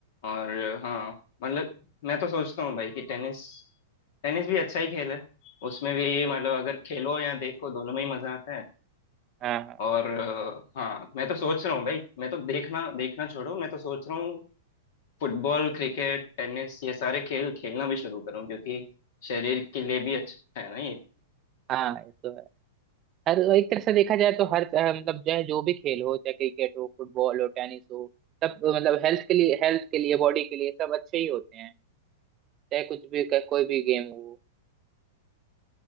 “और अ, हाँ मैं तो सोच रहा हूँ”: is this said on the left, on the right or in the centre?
Left